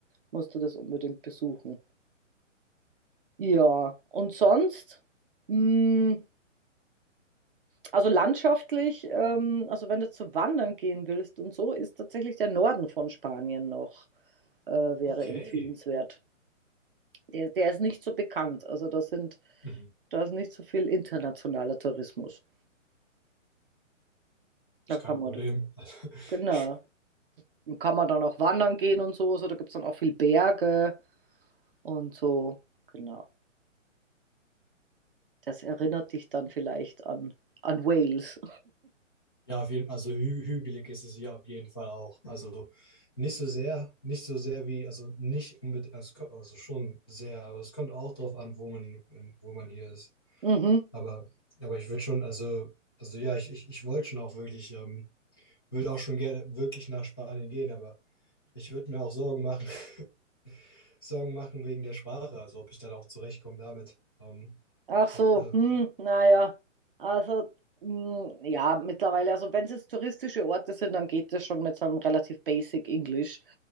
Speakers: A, on the right; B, on the left.
A: musst du das unbedingt besuchen. Ja, und sonst, mh, also landschaftlich, ähm, also wenn du zu wandern gehen willst und so, ist tatsächlich der Norden von Spanien noch, äh, wäre
B: Okay.
A: empfehlenswert. Der, der ist nicht so bekannt. Also da sind
B: Mhm.
A: Da ist nicht so viel internationaler Tourismus. Da
B: Ist
A: kann
B: kein
A: man,
B: Problem. <laughs>
A: genau. Und kann man dann auch wandern gehen und so. So, da gibt es dann auch viel Berge und so. Genau. Das erinnert dich dann vielleicht an, an Wales.
B: Ja, auf jeden, also hü hügelig ist es hier auf jeden Fall auch. Also nicht so sehr, nicht so sehr wie, also nicht unbedingt, es ko- also schon sehr, aber es kommt auch drauf an, wo man, wo man hier ist.
A: <laughs> Mhm.
B: Aber, aber ich würde schon, also, also ja, ich, ich, ich wollte schon auch wirklich ähm, würde auch schon gerne wirklich nach Spanien gehen, aber ich würde mir auch Sorgen machen, <laughs> Sorgen machen wegen der Sprache, also ob ich dann auch zurechtkomme damit. Ähm,
A: Ach so,
B: ob, äh,
A: hm, naja. Also, hm, ja, mittlerweile, also wenn es jetzt touristische Orte sind, dann geht das schon mit so einem relativ basic Englisch.